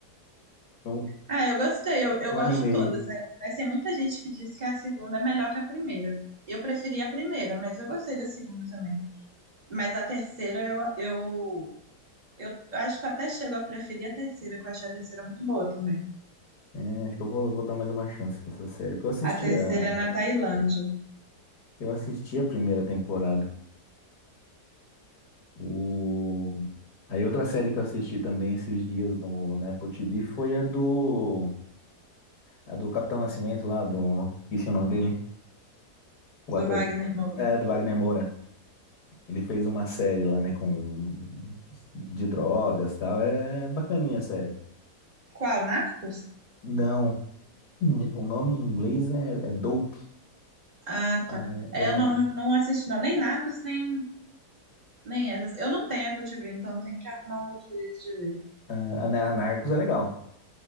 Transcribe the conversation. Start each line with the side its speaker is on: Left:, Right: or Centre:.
Left: não,
Right: Ah, eu gostei, eu, eu
Left: não
Right: gosto
Left: animei.
Right: de todas, né? Mas tem muita gente que diz que a segunda é melhor que a primeira. Eu preferi a primeira, mas eu gostei da segunda também. Mas a terceira, eu, eu, eu acho que eu até chego a preferir a terceira, que eu achei a terceira muito boa também.
Left: É, acho que eu vou, vou dar mais uma chance pra essa série. Porque eu assisti
Right: A terceira
Left: a,
Right: é na Tailândia,
Left: eu assisti a primeira temporada. O... Aí outra série que eu assisti também esses dias no, na Apple TV foi a do, a do Capitão Nascimento lá, do... Esqueci o nome dele, o
Right: do
Left: ator.
Right: Wagner Moura.
Left: É, do Wagner Moura. Ele fez uma série lá, né, com... De drogas e tal. É bacaninha a série.
Right: Qual? Narcos?
Left: Não, o nome em inglês é, é Dope.
Right: Ah,
Left: Ah,
Right: tá. É,
Left: eu não...
Right: Eu não, não assisti, não. Nem Narcos, nem, nem essas. Eu não tenho Apple TV, então tem que arrumar um outro jeito de ver.
Left: ah, a Na- Narcos é legal.